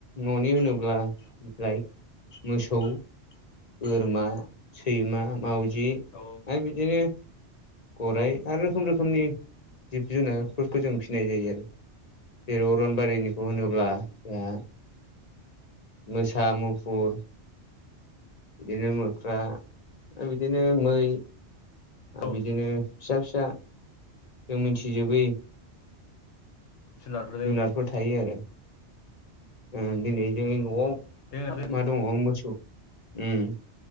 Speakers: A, on the left (about 45°); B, on the left (about 75°).
A: न'नि होनोब्ला ला लाइक मोसौ बोरमा
B: उम
A: सैमा मावजि
B: औ
A: आरो बिदिनो गराइ
B: औ
A: आरो रोखोम रोखोमनि जिब जुनारफोरखौ जों फिसिनाय जायो आरो जेराव अरनबारिनिखौ होनोब्ला जोंहा मोसा मुफुर बिदिनो मोख्रा बिदिनो मै आरो
B: औ
A: बिदिनो फिसा फिसा जों मिथिजोबै
B: जुनारफोरजों
A: जुनारफोर थायो आरो ओ दिनै जोंनि न'आव
B: जों
A: मा दङ मोसौ उम